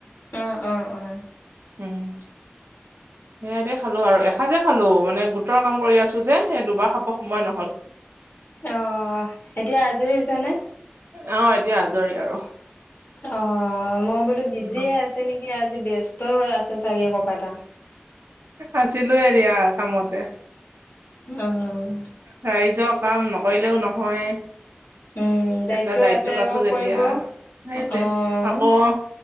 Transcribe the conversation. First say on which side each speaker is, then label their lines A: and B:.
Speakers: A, on the left (about 55°); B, on the right (about 80°).
A: অ', অ', অ'।
B: উম সেয়া দি খালো আৰু এসাঁজে খালো মানে গোটৰ কাম কৰি আছো যে সেই দুবাৰ খাব সময় নহ'ল।
A: অ', এতিয়া আজৰি হৈছে নে?
B: অ', এতিয়া আজৰি আৰু।
A: অ', মই বোলো বিজিয়ে
B: উম
A: আছে নেকি আজি ব্যস্ত হৈ আ আছে চাগে ক'ৰবাত আৰু
B: আছিলোয়ে দিয়া কামতে।
A: অ',
B: ৰাইজৰ কাম নকৰিলেও নহয়।
A: উম, দায়িত্ব
B: এটা দায়িত্বত
A: আছে আকৌ
B: আছো যেতিয়া
A: কৰিব।
B: সেইটোৱে
A: অ',
B: আকৌ